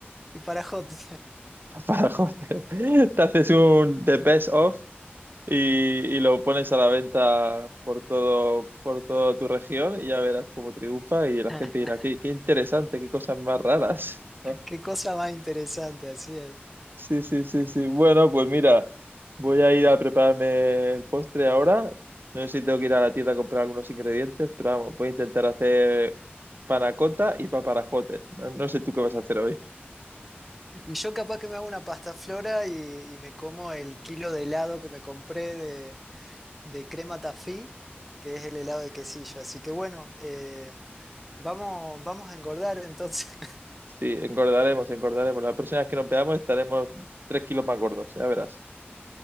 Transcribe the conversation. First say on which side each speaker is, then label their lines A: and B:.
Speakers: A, in the centre; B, on the right.
A: y parajote.
B: Paparajotes. <laughs> Te haces un The Best Of y, y lo pones a la venta por todo, por toda tu región y ya verás cómo triunfa y la
A: <laughs>
B: gente dirá, qué, qué interesante, qué cosas más raras. ¿no?
A: Qué cosa más interesante, así es.
B: Sí, sí, sí, sí. Bueno, pues mira, voy a ir a prepararme el postre ahora. No sé si tengo que ir a la tienda a comprar algunos ingredientes, pero vamos, voy a intentar hacer panacota y paparajotes. No, no sé tú qué vas a hacer hoy.
A: Y yo capaz que me hago una pasta flora y, y me como el kilo de helado que me compré de, de crema tafí, que es el helado de quesillo. Así que bueno, eh, vamos, vamos a engordar entonces. <laughs>
B: Sí, engordaremos, engordaremos. La próxima vez que nos veamos estaremos tres kilos más gordos, ya verás.